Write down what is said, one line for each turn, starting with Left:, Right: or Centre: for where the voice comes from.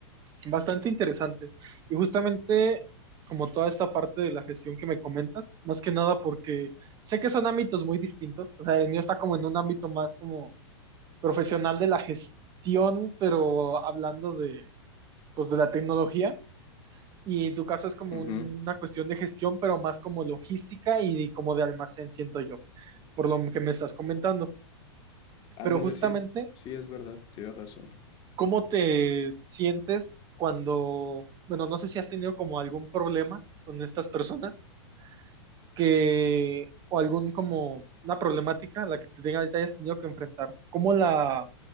Right: Bastante interesante. Y justamente como toda esta parte de la gestión que me comentas, más que nada porque sé que son ámbitos muy distintos. O sea, el mío está como en un ámbito más como profesional de la gestión, pero hablando de, pues, de la tecnología. Y en tu caso es como
Left: Ujú.
Right: una cuestión de gestión, pero más como logística y como de almacén, siento yo, por lo que me estás comentando.
Left: Ándale,
Right: Pero justamente,
Left: sí, sí es verdad, tienes razón.
Right: ¿cómo te sientes cuando, bueno, no sé si has tenido como algún problema con estas personas que, o algún como una problemática a la que te, tenga- te hayas tenido que enfrentar? ¿Cómo la,